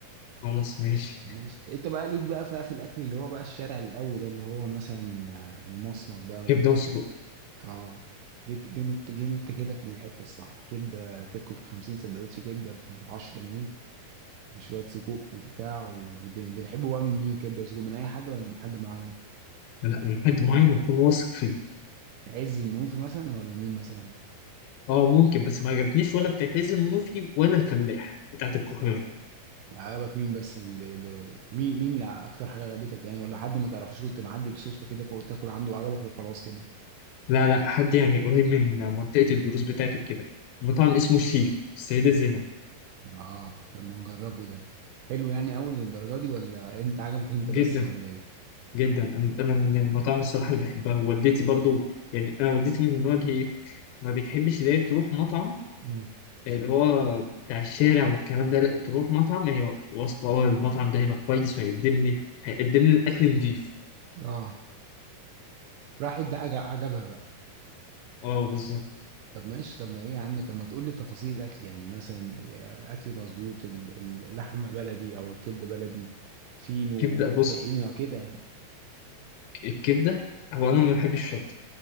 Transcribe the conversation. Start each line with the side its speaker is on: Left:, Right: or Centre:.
Left: خلاص ماشي
Right: بس انت بقى ليك بقى في في الاكل اللي هو بقى الشارع القوي ده اللي هو مثلا آه، المصمت بقى
Left: كبدة وسجق
Right: اه جيت جنت جنت كده في الحته الصح كبده تاكل 50 سندوتش كبده ب 10 جنيه وشويه سجق وبتاع والدنيا بيحبوا بقى من مين كبده وسجق من اي حد ولا من حد معين
Left: لا من حد معين أكون واثق فيه
Right: عز المنوفي مثلا ولا مين مثلا
Left: اه ممكن بس ما عجبتنيش ولا بتاعت عز المنوفي ولا الفلاح بتاعت القاهرة
Right: عجبك مين بس اللي اللي- مين مين اللي اكتر حاجه عجبتك يعني ولا حد ما تعرفش كنت معدي بصوصه كده فقلت تاكل عنده وعجبك وخلاص كده
Left: لا لا حد يعني قريب من منطقة الدروس بتاعته كده مطعم اسمه الشيف السيدة زينب
Right: اه طب ما نجربه ده حلو يعني اول للدرجه دي ولا انت عجبك انت
Left: جدا
Right: بس ولا ايه
Left: جدا أنا أنا من المطاعم الصراحة اللي بحبها ووالدتي برضو يعني أنا والدتي من النوع اللي هي ما بتحبش اللي هي تروح مطعم
Right: مم.
Left: اللي هو بتاع الشارع والكلام ده لا تروح مطعم هي واثقة أه المطعم ده هيبقى كويس وهيقدم لي هيقدم لي الأكل نضيف
Right: اه راحت ده عجب- عجبها بقى
Left: أه بالظبط
Right: طب ماشي طب ما ايه يا عم طب ما تقول لي تفاصيل الاكل يعني مثلا اكل مظبوط ال- ال- اللحمه بلدي او الكبده بلدي فينو
Left: كبدة بص
Right: طحينه كده يعني
Left: الكبدة هو أنا ما بحبش الشطة